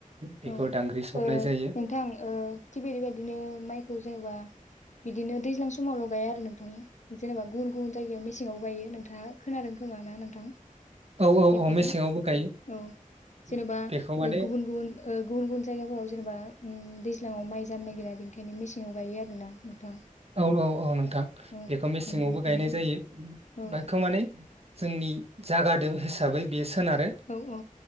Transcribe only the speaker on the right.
बेखौ
दांग्रि सरनाय जायो
औ औ
औ मेसेङावबो गायो
बेखौ। माने
औ औ औ नोंथां
बेखौ मेसेंयावबो
गायनाय जायो
बेखौ माने जोंनि जागादों हिसाबै बे सोनारो